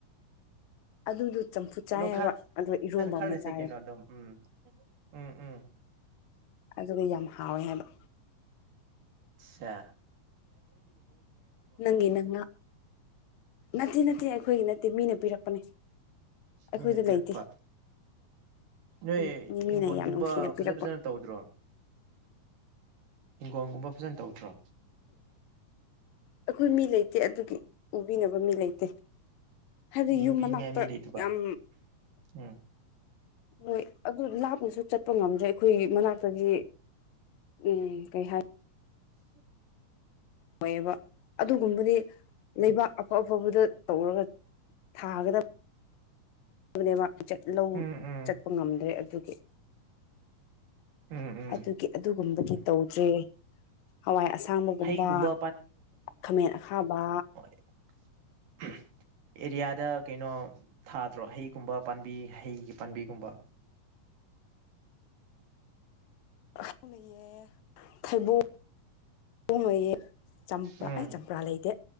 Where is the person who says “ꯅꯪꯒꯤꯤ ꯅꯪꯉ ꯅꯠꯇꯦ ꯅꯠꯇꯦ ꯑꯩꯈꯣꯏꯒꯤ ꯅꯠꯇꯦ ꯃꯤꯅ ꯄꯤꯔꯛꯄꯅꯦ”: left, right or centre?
Left